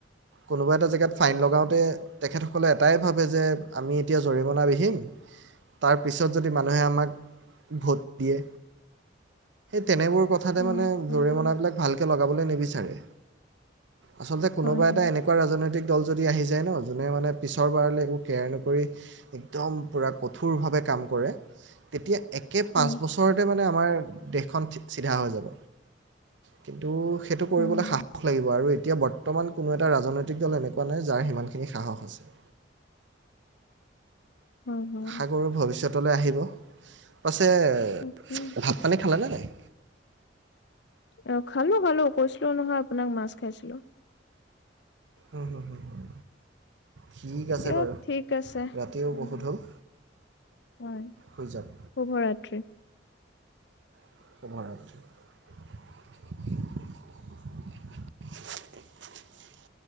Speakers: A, on the right; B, on the left.
A: কোনোবা এটা জেগাত ফাইন লগাওঁতে তেখেতসকলে এটাই ভাবে যে আমি এতিয়া জৰিমনা বিহিম তাৰ পিছত যদি মানুহে আমাক ভোট দিয়ে। তেনেবোৰ কথাতে
B: অ
A: মানে
B: হয়
A: জৰিমনাবিলাক
B: হয়
A: ভালকে ল লগাবলৈ নিবিচাৰে। আচলতে কোনোব
B: হয় হয়
A: এটা এনেকুৱা ৰাজনৈতিক দল যদি আহি যায় ন' যোনে মানে পিছৰবাৰলৈ একো কেয়াৰ নকৰি একদম পূৰা কঠোৰভাৱে কাম কৰে তেতিয়া একে পাঁচ
B: হয়
A: বছৰতে মা মানে আমাৰ দেশখন চিধা হৈ যাব কিন্তু সেইটো কৰিবলৈ
B: উম
A: সাহস লাগিব আৰু এতিয়া বৰ্তমান কোনো এটা ৰাজনৈতিক দল এনেকুৱা নাই যাৰ সিমানখিনি সাহস আছে।
B: হয় হয়
A: সাগৰৰ ভৱিষ্যত আহিব <unintelligible>
B: তাকে
A: ভাত পানি খাল নে নাই?
B: অ', খালো খালো কৈছিলো নহয় আপোনাক মাছ খাইছিলো।
A: উম, হুম, হুম। ঠিক আছে
B: দিয়ক
A: বাৰু
B: ঠিক আছে
A: ৰাতিও
B: উম
A: বহুত হ'ল
B: হয়
A: শুই যাওঁ।
B: শুভৰাত্ৰি
A: <unintelligible>